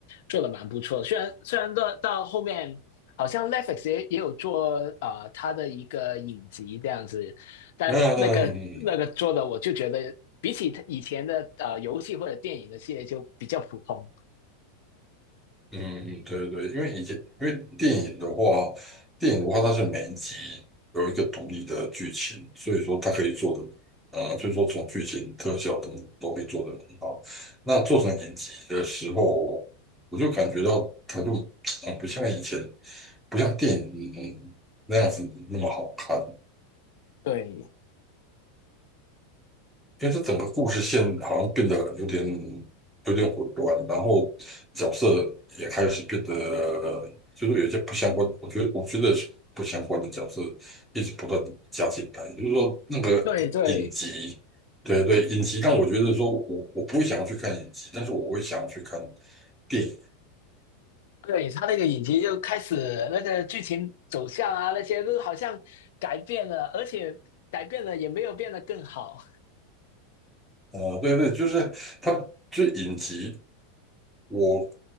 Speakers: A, on the left; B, in the centre.
A: 做的蛮不错，虽然虽然到到后面好像 Netflix 也也有做啊，他的一个影集这样子，但那个那个做的我就觉得比起他以前的呃游戏或者电影的系列就比较普通。
B: 那嗯。嗯，嗯对对，因为以前因为电影的话，电影的话它是每一集有一个独立的剧情，所以说它可以做的，呃，所以说从剧情、特效等都可以做得很好。那做成影集的时候，我就感觉到它就，<tsk> 嗯，不像以前，不像电影，嗯那样子那么好看。
A: 对
B: 因为它整个故事线好像变得有点有点混乱，然后角色也开始变得呃就是有一些不相关，我觉得我觉得是不相关的角色一直不断地加进来，就是说那个影集，
A: 对对
B: 对对，影集但我觉得说我我不会想要去看影集，但是我会想要去看电影，
A: 对，他那个影集就开始那个剧情走向啊那些都好像改变了，而且改变了也没有变得更好。
B: 呃，对对，就是它就是影集。我